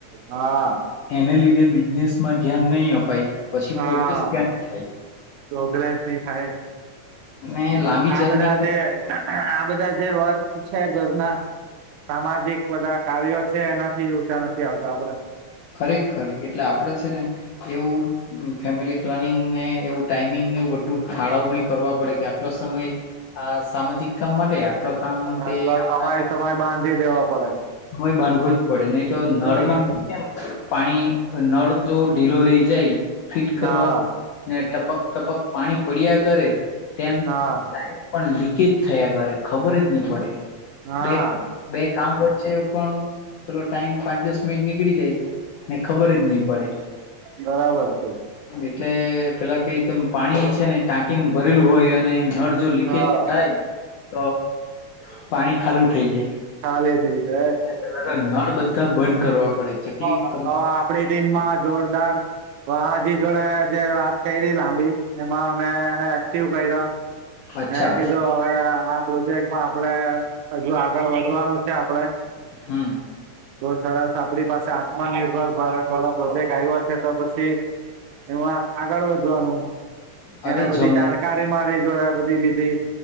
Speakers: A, on the right (about 80°); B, on the left (about 80°).
A: હા
B: એને લીધે બિઝનેસ માં ધ્યાન નહીં અપાય પછી
A: હા.
B: પ્રોગ્રેસ ક્યાથી થાય?
A: પ્રોગ્રેસ ની થાય
B: ને લાંબી
A: આ
B: જર્ની
A: બધા જે આ બધા જે વર્ક ઘરના સામાજિક બધા કાર્યો છે, એનાથી ઉચા નથી આવતા આપડે
B: ખરેખર એટલે આપડે છે ને એવું ફેમિલી પ્લાનિંગ ને એવું ટાઈમિંગ ને બંધુ ફાળવણી કરવા પડે કે આટલો સમય આ સામાજિક કામ માટે આટલો કામ
A: આટલા
B: તે આપણા
A: સમય સમય બાંધી દેવા પડે.
B: સમય બાંધવું જ પડે નહી તો નળમાં
A: હમ
B: કેમ. પાણી નળ જો ઢીલો રહી જાય ફિટ કરવાનું
A: હા
B: ને એટલે પક ટપક પાણી પડ્યા કરે તેમ
A: હા.
B: પાણી પણ લી કજ થયા કરે ખબર જ નહી પડે
A: હા
B: બે બે કામ વચ્ચે પણ પેલો ટાઈમ પાંચ દસ મિનિટ નીકળી જાય. ને ખબર જ નહી પડે.
A: બરાબર છે
B: એટલે પેલાં કે તમ પાણી છે ને ટાંકીમાં ભરેલું હોય અને નળ જો લીકેજ
A: હા.
B: થાય તો પાણી ખાલું થઈ જાય.
A: હાલે થઈ ગયા
B: એટલે પેલા તો નળ બધા બંધ કરવા. પડે ચકલી
A: હવ
B: કમ
A: આપડી ટીમમાં જોરદાર વા હજી જોડે જે વાત કરી રહી લાંબી. એમાં મેં એને એક્ટિવ કર્યા
B: અચ્છા
A: મે કીધું હવે પ્રોજેક્ટમાં આપણેે હજુ આગળ વધવાનું છે, આપડે.
B: હમ્મ
A: તો સરસ આપણી પાસે આત્મનિર્ભર ભારત વાળો પ્રોજેક્ટ આવ્યો છે, તો પછી. એમાં આગળ વધવાનું
B: અરે
A: એને બધી
B: જમ
A: જાણકારી મારી જોડે બધી લીધી.